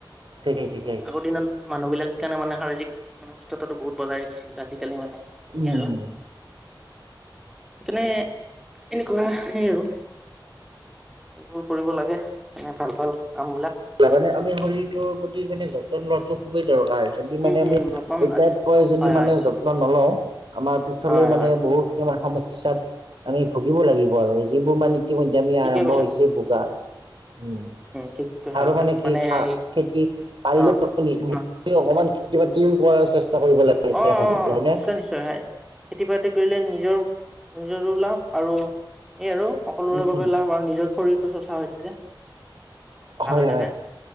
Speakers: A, on the right; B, in the centre.
A: ঠিকেই ঠিকেই
B: আগৰ দিনত মানুহবিলাক সেকাৰণে মানে, শাৰীক মানে সুস্থতাতো বহুত বজাই ৰাখিছিল। আজিকালি মানে
A: উম্।
B: এই আৰু সেইকাৰণে এনেকুৱা সেই আৰু। এইবোৰ কৰিব লাগে। মানে ভাল ভাল কামবিলাক।
A: তাৰ মানে আমি শৰীৰটোৰ প্ৰতি মানে যত্ন লোৱাটো খুবেই দৰকাৰ। যদি মানে,
B: উম
A: আমি
B: উম
A: এতিয়াৰ
B: যতন আজি
A: পৰাই যদি
B: হয় হয়
A: মানে, যত্ন ন'লও আমাৰ পিছলৈ
B: হয়
A: মানে
B: হয় হয়
A: বহুত কিছুমান সমস্যাত আমি ভুগিব লাগিব
B: ঠিক
A: আৰু যিবোৰ মান ইতিমধ্যে আমি
B: ঠিকে
A: আৰম্ভ
B: কৈছা
A: হৈছে, ভোগা। উম
B: ঠিক কৈছা
A: আৰু
B: কৈছা
A: মানে কি খা
B: এই
A: খেতি পাৰিলে
B: অ
A: <unintelligible>
B: অ
A: অকমান খেতি বাতিও কৰাৰ চেষ্টা কৰিব লাগে।
B: অ' অ'
A: থাকিলে
B: অ'
A: হয়নে
B: নিশ্চয় নিশ্চয় খেতি বাতি কৰিলে নিজৰ নিজৰো লাভ। আৰু এই আৰু সকলোৰে
A: উম
B: বাবে
A: উম
B: লাভ আৰু নিজৰ শৰীৰটো চৰ্চ্চা হয় থাকে। ভাল
A: হয়
B: হৈ থাকে।
A: হয়